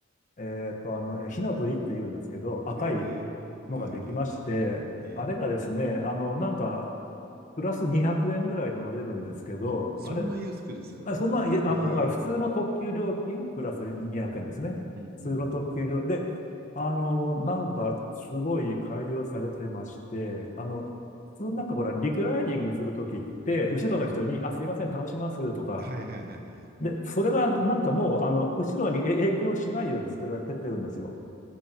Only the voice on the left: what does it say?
えっと、あの、え火の鳥って言うんですけど、赤い
のができまして、
あれがですね、あの、なんか、プラス200円ぐらいで乗れるんですけど、
あれ、あそんな、いえあの、
だから普通の特急料金プラス200円ですね。
普通の特急料、
で、あの、なんかすごい改良されてまして、あの、普通なんかほら、リクライニングするときって、後ろの人に、あ、すいません、倒しますとか、
で、それがなんかもう、あの、後ろにえ影響しないように作られてってるんですよ。